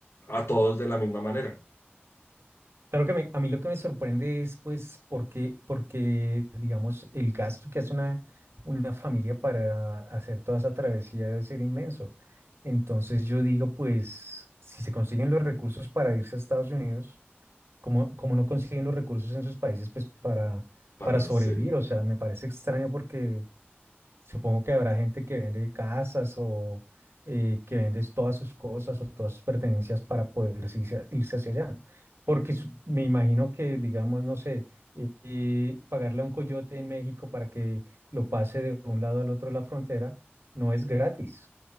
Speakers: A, on the left; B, on the right.
A: a todos de la misma manera
B: Claro que me- a mí lo que me sorprende es, pues, porque, porque, digamos, el gasto que hace una, una familia para hacer toda esa travesía debe ser inmenso. Entonces yo digo, pues, si se consiguen los recursos para irse a Estados Unidos, como, como no consiguen los recursos en sus países, pues, para,
A: para,
B: para sobrevivir?
A: se-
B: O sea, me parece extraño porque Supongo que habrá gente que vende casas o eh, que vende todas sus cosas o todas sus pertenencias para poder irse, irse hacia allá. Porque su- me imagino que, digamos, no sé, eh, eh, pagarle a un coyote en México para que lo pase de un lado al otro de la frontera no es gratis.